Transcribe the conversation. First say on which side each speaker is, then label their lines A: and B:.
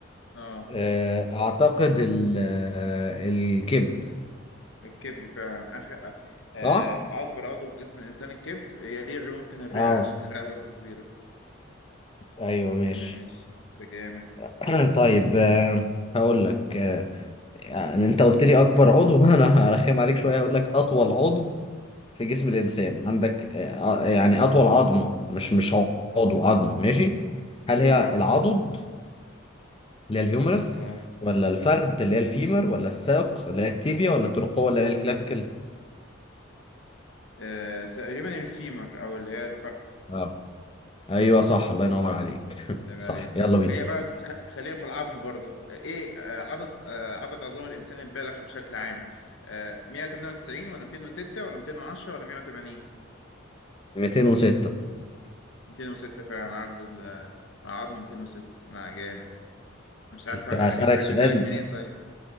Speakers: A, on the left; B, on the left.
A: اه
B: آه، اعتقد ال- آه، الكبد
A: الكبد فعلا اخر آه، آه،
B: صح
A: اكبر عضو في جسم الانسان الكبد يليه الر- ممكن الرئه
B: اه
A: عشان الرئه برضه كبيره
B: ايوه ماشي
A: ماشي انت جامد
B: <clears throat> طيب آه، هقول لك آه، يعني انت قلت لي اكبر عضو <laughs> انا هرخم عليك شويه هقول لك اطول عضو في جسم الانسان عندك آه، آه، يعني اطول عظمه مش مش عضو عظمه ماشي هل هي
A: اه
B: العضد اللي هي الهيومرس
A: اه
B: ولا الفخذ اللي هي الفيمر ولا الساق اللي هي التيبيا ولا الترقوه اللي هي الكلافيكل
A: آه، تقريبا الفيمر او اللي هي الفخذ
B: اه ايوه صح الله ينور
A: بس يعني
B: عليك <laughs>
A: عيب
B: صح
A: عليك
B: يلا بينا
A: خلينا بقى خ- خلينا في العظم برضه ايه آه، عدد آه، عدد عظام الانسان البالغ بشكل عام آه، 198 ولا 206 ولا 210 ولا 180
B: 206
A: 206 فعلا عدد ال- العظم 206 لا جامد مش عارف اجيب
B: هسألك
A: اجيبها
B: سؤال
A: لك منين طيب